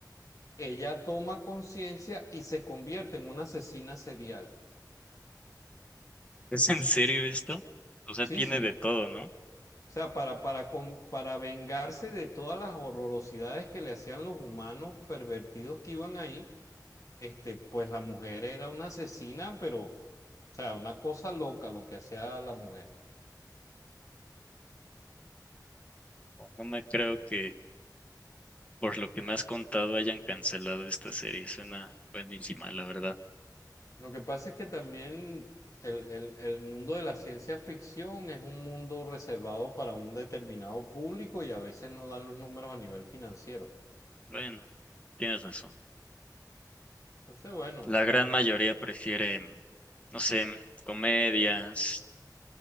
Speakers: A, on the left (about 50°); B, on the left (about 20°).
A: ella toma conciencia y se convierte en una asesina serial.
B: ¿Es en serio esto? O sea,
A: Sí,
B: tiene
A: sí.
B: de todo, ¿no?
A: O sea, para, para, con- para vengarse de todas las horrorosidades que le hacían los humanos pervertidos que iban ahí, este, pues la mujer era una asesina, pero, o sea, una cosa loca lo que hacía la mujer.
B: No me creo que Por lo que me has contado, hayan cancelado esta serie. Suena buenísima, la verdad.
A: Lo que pasa es que también el, el- el mundo de la ciencia ficción es un mundo reservado para un determinado público y a veces no dan los números a nivel financiero.
B: Bueno, tienes razón.
A: Entonces, bueno,
B: La
A: son...
B: gran mayoría prefiere, no sé, comedias,